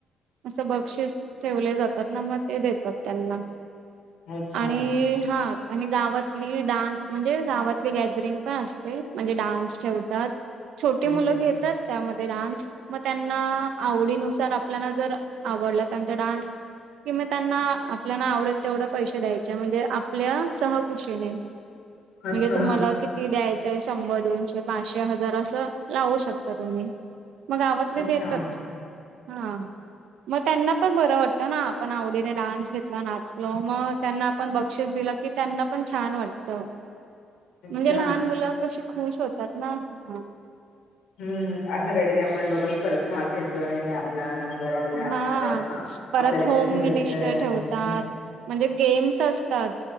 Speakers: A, on the right; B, on the left.
A: असं बक्षीस ठेवले जातात ना मग ते देतात त्यांना
B: अच्छा.
A: आणि हा आणि गावातली डान्स म्हणजे गावातली गॅदरिंग पण असते म्हणजे डान्स ठेवतात छोटी मुलं
B: अच्छा.
A: घेतात त्यामध्ये डान्स मग त्यांना आवडीनुसार आपल्याला जर आवडला त्यांचा डान्स? कि म त्यांना आपल्याना आवडेल तेवढं पैसे द्यायचे म्हणजे आपल्या सहकुशीने. म्हणजे
B: अच्छा
A: तुम्हाला किती द्यायचंय शंभर दोनशे पाचशे हजार असं लावू शकत. त तुम्ही मग गावातले
B: अच्छा.
A: देतात हा. मग त्यांना पण बरं वाटतं ना आपण आवडीने डान्स घेतला नाचलो मग त्यांना आपण बक्षीस दिलं की त्यांना पण छान वाटत.
B: अच्छा
A: म्हणजे लहान मुलं कशी खुश होतात ना म.
B: हम्म असं काहीतरी आपण बाबा परत भाग घेतो नाही आपला नंबर आलेला
A: हा
B: आहे तर
A: परत
B: आपल्याला काहीतरी
A: होम
B: मिळतय
A: मिनिस्टर
B: हम्म.
A: ठेवतात. म्हणजे गेम्स असतात